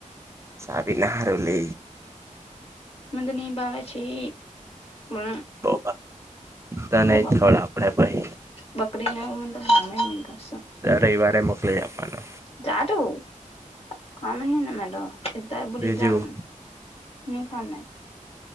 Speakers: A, on the right (about 20°); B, on the left (about 45°).
A: સાવીના હાર લઈ.
B: મંદ તો ની ભાવ છે પણ
A: બો તને
B: મને તો
A: છોડ આપણેે ભાઈ
B: બકરી ને <unintelligible>
A: દર રવિવારે મોકલી આપવાનો
B: જા તું કામ નને મેડો સ ત બી
A: બીજું
B: જાું ન ખામ મેડ